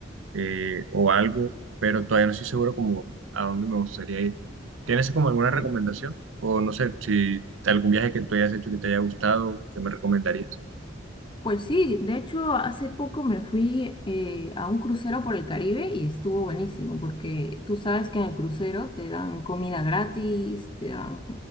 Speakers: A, on the right (about 85°); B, on the left (about 25°).
A: eh, o algo, pero todavía no estoy seguro como a dónde me gustaría ir. ¿Tienes como alguna
B: ya.
A: recomendación? O no sé, si algún viaje que tú hayas hecho que te haya gustado, ¿qué me recomendarías?
B: Pues sí, de hecho, hace poco me fui eh, a un crucero por el Caribe y estuvo buenísimo, porque tú sabes que en el crucero te dan comida gratis, te dan